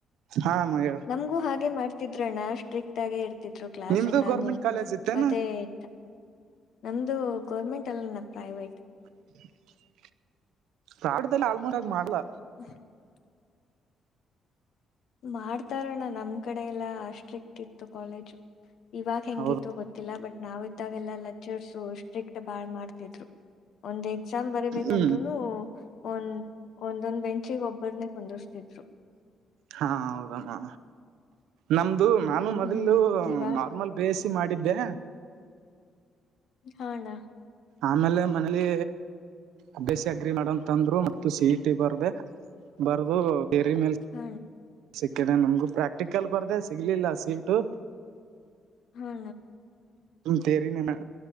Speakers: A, on the right (about 85°); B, on the left (about 70°).
A: ಹಾ ಅಮ್ಮ ಹೇಳ
B: ನಮ್ಗೂ ಹಾಗೆ ಮಾಡ್ತ ತಿದ್ರಣ ಸ್ಟಿಟ್ ಆಗಿ ಇರ್ತ ದ್ರು ಕ್ಲಾಸ್
A: ನಿಮ್ದು
B: ಎಲ್ಲಾನು
A: ಗೌರ್ಮೆಂಟ್ ಕಾಲೇಜ್ ಇತ್ತೇನು
B: ಮತ್ತೆ ಇ ನಮ್ದು ಗೌರ್ಮೆಂಟ್ ಅಲ್ಲನ ಪ್ರೈವೇಟ್.
A: <unintelligible> ರಾಡದಲ್ಲಿ ಆಲ್ಮೋರ ಆಗ ಮಾಡ್ಲಾ.
B: ಹ್ಮ. ಮಾಡ್ತಾರಣ್ಣ ನಮ್ ಕಡೆ ಎಲ್ಲಾ ಅ ಸ್ಟ್ರಿಕ್ಟ್ ಇತ್ತು ಕಾಲೇಜು. ಇವಾಗ ಹೆಂಗಿತ್ತು
A: ಹೌದಮ್ಮ
B: ಗೊತ್ತಿಲ್ಲ ಬಟ್ ನಾವ ಇದ್ದಾಗೆಲ್ಲ ಲೆಚರ್ಸು ಅ. ಸ್ಟಿಕ್ಟ್ ಬಾಳ್ ಮಾಡ್ತಿದ್ರು. ಒಂದ್ ಎಕ್ಸಾಮ್ ಬರಬೇಕಂದ್ರುನು
A: ಹ್ಮ್
B: ಒಂದ್ ಒಂದೊಂದ್ ಬೆಂಚ್. ಬೆಂಚೆಗ್ ಒಬ್ಬರನ್ನೇ ಕುಂದಸ್ತಿದ್ರು.
A: ಹಾ ಹೌದಮ್ಮ ನಮ್ದ ಇದು ನಾನು ಮೊದಲು
B: ಹ್ಮ್ ಇವಾಗ
A: ನಾರ್ಮಲ್ ಬೇಸ್ ಮಾಡಿ ಿದ್ದೆ
B: ಹಣ
A: ಆಮೇಲೆ ಮನಲಿ ಅಬ್ಯಸ ಅಗ್ರಿ ಮಾಡಂತಂತಂದ್ರು ಮ ಸಿ ಇ ಟಿ ಬರ್ದೆ ಬರ್ದು ಥಿಯರಿ ಮೇಲ್
B: ಹ
A: ಸಿಕ್ಕಿದೆ ನಮಗು ಪ್ರಾಕ್ಟಿಕಲ್ ಬರ್ದೆ ಸಿಗ್ಲಿಲ್ಲ ಸೀಟು
B: ಹೌ
A: ತೇರಿ ನಿಮ್ಮ